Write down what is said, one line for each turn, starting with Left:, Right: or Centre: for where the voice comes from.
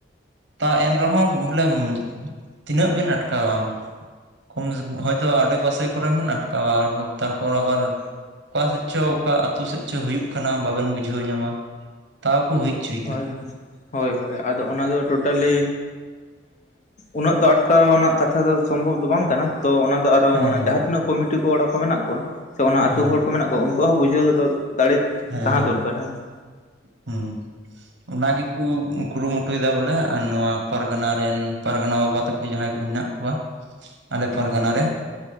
Right: ᱛᱟ ᱮᱱᱨᱮᱦᱚᱸ ᱵᱚᱞᱮ ᱛᱤᱱᱟᱹᱜ ᱵᱮᱱ ᱟᱴᱠᱟᱣᱟ ᱠᱚᱢ ᱦᱚᱭᱛᱚ ᱟᱰᱮ ᱯᱟᱥᱮ ᱠᱚᱨᱮᱱ ᱵᱮᱱ ᱟᱴᱠᱟ ᱛᱟᱯᱚᱨ ᱟᱵᱟᱨ ᱚᱠᱟ ᱥᱮᱫ ᱪᱚ ᱚᱠᱟ ᱟᱛᱩ ᱥᱮᱫ ᱪᱚ ᱦᱩᱭᱩᱜ ᱠᱟᱱᱟ ᱵᱟᱵᱮᱱ ᱵᱩᱡᱷᱟᱹᱣ ᱧᱟᱢᱟ ᱛᱟᱣᱠᱚ ᱦᱩᱭ ᱦᱚᱪᱚᱭᱮᱫᱟ
Left: ᱦᱳᱭ ᱦᱳᱭ ᱦᱳᱭ ᱦᱳᱭ ᱟᱫᱚ ᱚᱱᱟ ᱫᱚ ᱴᱳᱴᱟᱞᱤ ᱩᱱᱟᱹᱜ ᱫᱚ ᱟᱴᱠᱟᱣ ᱨᱮᱱᱟᱜ ᱠᱟᱛᱷᱟ ᱫᱚ ᱥᱚᱢᱵᱷᱚᱵ ᱫᱚ ᱵᱟᱝ ᱠᱟᱱᱟ᱾ ᱛᱚ ᱚᱱᱟ ᱫᱚ ᱟᱨᱚ
Right: ᱦᱮᱸ
Left: ᱚᱱᱟ
Right: ᱦᱮᱸ
Left: ᱡᱟᱦᱟᱸ ᱛᱤᱱᱟᱹᱜ ᱠᱚᱢᱤᱴᱤ ᱠᱚᱲᱟ ᱠᱚ ᱢᱮᱱᱟᱜ ᱠᱚᱣᱟ ᱥᱮ ᱚᱱᱟ ᱟᱛᱩ
Right: ᱦᱮᱸ
Left: ᱦᱚᱲ ᱠᱚ ᱢᱮᱱᱟᱜ ᱠᱚᱣᱟ ᱩᱱᱠᱩ ᱩᱱᱠᱩᱣᱟᱜ ᱦᱚᱸ ᱵᱩᱡᱷᱟᱹᱣ ᱫᱚ ᱫᱟᱲᱮ
Right: ᱦᱮᱸ
Left: ᱛᱟᱦᱮᱸ
Right: ᱦᱮᱸ
Left: ᱫᱚᱨᱠᱟᱨ ᱦᱮᱸᱥᱮ
Right: ᱦᱩᱸ ᱚᱱᱟ ᱜᱤᱠᱩ ᱠᱩᱨᱩ ᱢᱩᱴᱩᱭ ᱫᱟ ᱵᱚᱞᱮ ᱱᱚᱣᱟ ᱯᱟᱨᱜᱟᱱᱟ ᱨᱮᱱ ᱯᱟᱨᱜᱟᱱᱟ ᱵᱟᱵᱟ ᱛᱟᱠᱚ ᱡᱟᱦᱟᱭ ᱠᱚ ᱦᱮᱱᱟᱜ ᱠᱚᱣᱟ ᱟᱞᱮ
Left: ᱟᱪᱪᱷᱟ
Right: ᱯᱟᱨᱜᱟᱱᱟ
Left: ᱦᱮᱸ
Right: ᱨᱮᱱ